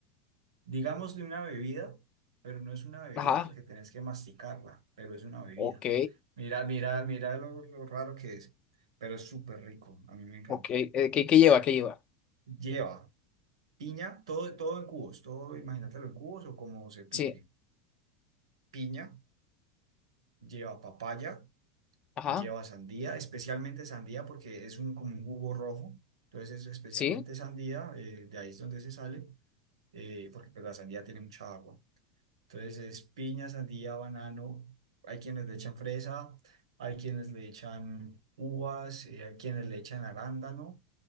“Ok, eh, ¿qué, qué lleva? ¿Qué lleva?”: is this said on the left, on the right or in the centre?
Left